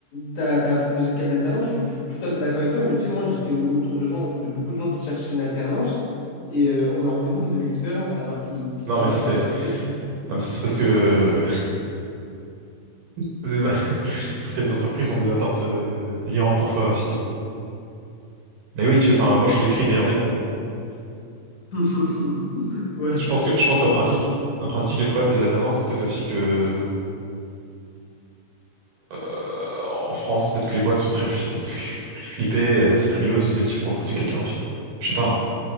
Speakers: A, on the left (about 55°); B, on the right (about 65°).
A: t'as, t'as proposé de cas d'alternance, je, je suis tout à fait d'accord avec toi, mais tu sais, moi, j'étais au- autour de gens, de beaucoup de gens qui cherchaient une alternance et euh, on leur demande de l'expérience alors qu'ils qu'ils
B: Non,
A: sont
B: mais
A: là
B: ça,
A: pour
B: c'est,
A: faire des études.
B: non, mais ça, c'est parce que, <laughs> c'est pas- <laughs> parce que les entreprises ont des attentes, euh, délirantes parfois aussi. Mais oui, tu, enfin, moi, je te décris le meilleur des mondes. hein.
A: <laughs> Ouais,
B: Je pense que, je pense qu'en pratique, en pratique, les problèmes des alternances, c'est peut-être aussi que Euh, en France, peut-être que les boîtes sont très flippées, fli- flippées, euh, assez frileuses dès qu'il faut recruter quelqu'un aussi. Je sais pas. hein.